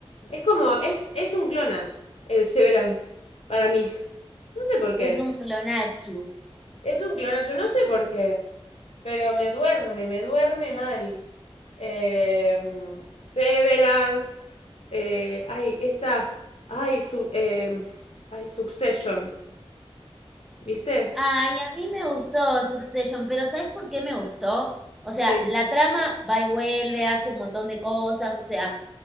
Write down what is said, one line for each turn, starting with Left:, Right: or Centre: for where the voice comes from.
Left: Es como, es, es un clona, el Severance, para mí. No sé por qué.
Centre: es un clonachu.
Left: Es un clona, yo no sé por qué. Pero me duerme, me duerme mal. Eh, Severance. Eh, ay, esta. Ay, su, eh, ay, Succession. ¿Viste?
Centre: Ay, a mí me gustó Succession, pero ¿sabes por qué me gustó? O
Left: Sí.
Centre: sea, la trama va y vuelve, hace un montón de cosas, o sea,